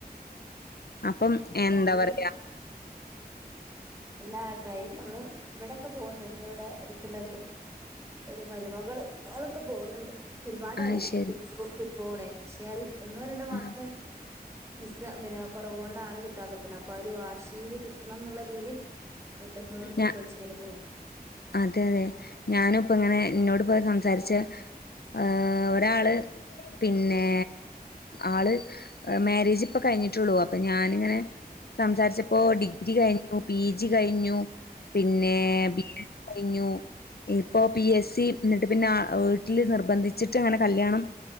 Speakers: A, on the left; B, on the right.
A: അപ്പം എന്താ
B: അത്
A: പറയാ
B: എല്ലാ ട്രൈ ചെയ്യാ നമ്മള് ഇവിടൊക്കെ പോവ്ണ്ട് ഇന്റെ ഇവിടെ എടുത്തുള്ള ഒരു മരുമകള് ഓളൊക്കെ പോകുന്നുണ്ട് ഒരുപാടായി
A: ആഹ് ശരി
B: കി കിട്ട് പോണേ പക്ഷേ അത് ഒന്നോ രണ്ടോ മാർക്കിന്
A: ആഹ്
B: മിസ്സാ പിന്നെ കുറവ് കൊണ്ടാണ് കിട്ടാതെക്ക്ന്ന അപ്പോ ആ ഒരു വാശിയില് കിട്ടണം എന്നുള്ള ഇതീല് വിണ്ടും വിണ്ടും
A: ആഹ്
B: കൊച്ചിങ്ങിന് പോവാ
A: അതെ അതെ ഞാനുപ്പം ഇങ്ങനെ ഇന്നോട് ഇപ്പോ സംസാരിച്ച ഏഹ് ഒരാള് പിന്നെ ആള് മാരേജ് ഇപ്പം കഴിഞ്ഞിട്ടുള്ളൂ അപ്പൊ ഞാനിങ്ങനെ സംസാരിച്ച ഇപ്പോ
B: ആഹ്
A: ഡിഗ്രി കഴിഞ്ഞു പി ജി കഴിഞ്ഞു പിന്നെ
B: ആഹ് ആഹ്
A: ബി എഡ് കഴിഞ്ഞു ഇപ്പൊ പി എസ് സി എന്നിട്ട് പിന്നെ വീട്ടിൽ നിർബന്ധിച്ചിട്ട് അങ്ങനെ കല്യാണം